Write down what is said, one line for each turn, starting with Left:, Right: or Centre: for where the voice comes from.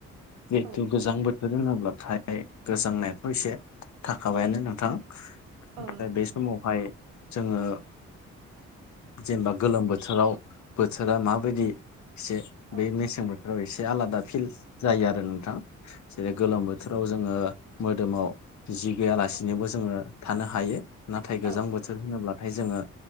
Left: जिहेथु
Right: औ
Left: गोजां बोथोर रोङाब्लाथाय गोजांनायाथ एसे थाखाबायानो नोंथां ओमफ्राय
Right: औ नोंथां
Left: बे
Right: नंगौ
Left: समावहाय जोङो जेनेबा गोलोम बोथोराव बोथोरा माबायदि
Right: औ
Left: एसे
Right: औ
Left: बै मेसें बोथोराव एसे आलादा फिल जायो आरो नोंथां जेरै गोलोम बोथोराव जोङो मोदोमाव जि गैयालासिनोबो
Right: औ
Left: जोङो थानो हायो नाथाय
Right: औ
Left: गोजाम बोथ बोथोर होनोब्लाथाय जोङो